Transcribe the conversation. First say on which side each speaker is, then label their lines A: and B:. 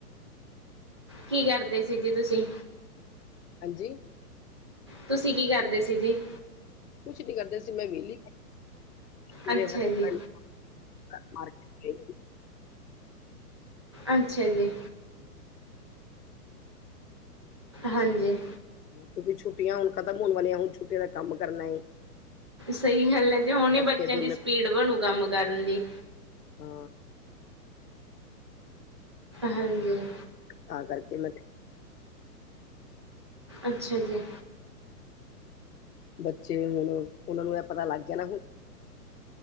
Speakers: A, on the right; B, on the left.
A: ਕੀ ਕਰਦੇ ਸੀ ਜੀ ਤੁਸੀਂ
B: ਹਾਂਜੀ
A: ਤੁਸੀਂ ਕੀ ਕਰਦੇ ਸੀ ਜੀ?
B: ਕੁਛ ਨੀ ਕਰਦਾ ਸੀ ਕਿ ਮੈਂ ਵਿਹਲੀ ਮੇਰੇ
A: ਅੱਛਾ
B: ਹਸਬੈਂਡ
A: ਜੀ
B: ਹਾਂ ਮਾਰਟਕਿਟ ਗਏ ਸੀ
A: ਅੱਛਾ ਜੀ ਹਾਂਜੀ
B: ਕਿਉਂਕਿ ਛੁੱਟੀਆਂ ਹੁਣ ਖਤਮ ਹੋਣ ਵਾਲੀਆਂ ਹੁਣ ਛੁੱਟੀਆਂ ਦਾ ਕੰਮ ਕਰਨਾ ਏ।
A: ਸਹੀ ਗੱਲ ਹੈ ਜੇ ਹੁਣ ਨਹੀਂ ਬੱਚਿਆਂ
B: ਕੇ ਦੋਨੇ
A: ਦੀ ਸਪੀਡ ਬਣੂ ਕੰਮ ਕਰਨ ਦੀ
B: ਹਾਂ
A: ਹਾਂਜੀ
B: ਤਾਂ ਕਰਕੇ ਮੈਂ
A: ਅੱਛਾ ਜੀ
B: ਬੱਚੇ ਹੁਣ ਉਹਨਾਂ ਨੂੰ ਇਹ ਪਤਾ ਲੱਗ ਗਿਆ ਨਾ ਹੁਣ